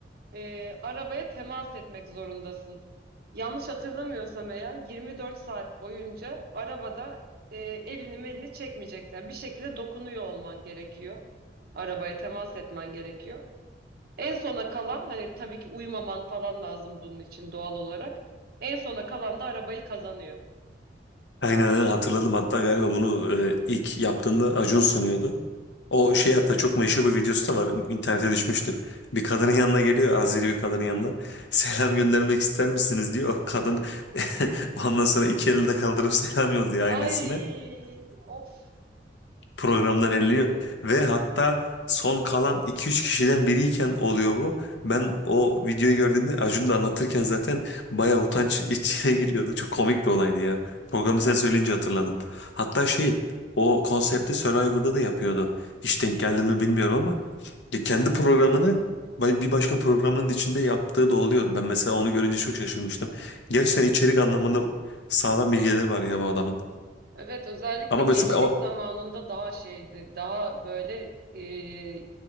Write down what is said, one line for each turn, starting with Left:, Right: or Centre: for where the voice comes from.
Right: e, arabaya temas etmek zorundasın. Yanlış hatırlamıyorsam eğer 24 saat boyunca arabada e, elini melini çekmeyeceksin. Yani bir şekilde dokunuyor olman gerekiyor. Arabaya temas etmen gerekiyor. En sona kalan hani tabii ki uyumaman falan lazım bunun için doğal olarak. En sona kalan da arabayı kazanıyor.
Left: Aynen aynen hatırladım. Hatta galiba bunu e, ilk yaptığında Acun sunuyordu. O şey hatta çok meşhur bir videosu da var. İnternete düşmüştür. Bir kadının yanına geliyor. Azeri bir kadının yanına. <laughs> Selam göndermek ister misiniz diyor. O kadın <laughs> ondan sonra iki elinde kaldırıp selam yolluyor ailesine.
Right: Ay of
Left: programdan
Right: çok kötü.
Left: eleniyor ve hatta son kalan iki üç kişiden biriyken oluyor bu. Ben o videoyu gördüğümde Acun da anlatırken zaten bayağı utanç içine <laughs> giriyordu. Çok komik bir olaydı ya. Programı sen söyleyince hatırladım. Hatta şey o konsepti Survivor'da da yapıyordu. Hiç denk geldin mi bilmiyorum ama ya kendi programını ba- bir başka programın içinde yaptığı da oluyordu. Ben mesela onu görünce çok şaşırmıştım. Gerçekten içerik anlamında sağlam bilgileri var ya bu adamın.
Right: Evet, özellikle
Left: Ama
Right: gençlik
Left: mesela o
Right: zamanında daha şeydi, daha böyle e,